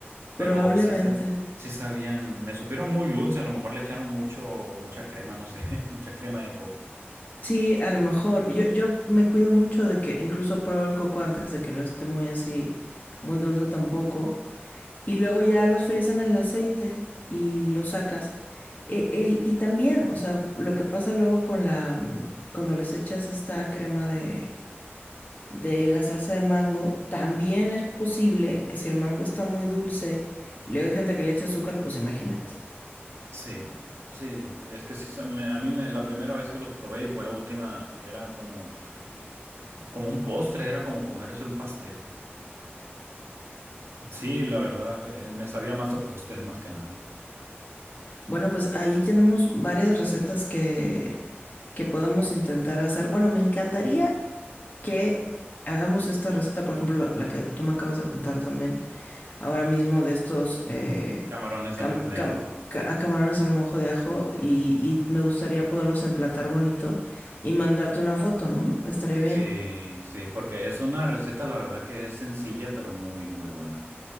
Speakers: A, on the right (about 80°); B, on the left (about 40°).
A: pero
B: Probablemente.
A: sí, sa- sí sabían... Me supieron muy dulce, a lo mejor le echaron mucho, mucha crema, no sé, <laughs> mucha crema de coco.
B: Sí, a lo mejor. Yo, yo me cuido mucho de que incluso pruebo el coco antes de que no esté muy así, muy dulce tampoco. Y luego ya los fríes en el aceite y los sacas. E- e- y también, o sea, lo que pasa luego con la, mm, cuando les echas esta crema de, de la salsa de mango, también es posible que si el mango está muy dulce y luego hay gente que le echa azúcar, pues imagínate.
A: Sí, sí, es que sí, se me- a mí me, la primera vez que los probé y fue la última, era como, como un postre, era como comerse un pastel. Sí, la verdad, eh, me sabía más a postre más que nada.
B: Bueno, pues ahí tenemos varias recetas que, que podemos intentar hacer. Bueno, me encantaría que hagamos esta receta, por ejemplo, la, la que tú me acabas de contar también ahora mismo de estos eh,
A: Camarones
B: cam-
A: al mojo de
B: cam-
A: ajo.
B: ca- a camarones al mojo de ajo y, y me gustaría poderlos emplatar bonito y mandarte una foto, ¿no? Estaría
A: Sí,
B: bien.
A: sí, porque es una receta, la verdad que es sencilla, pero muy, muy buena.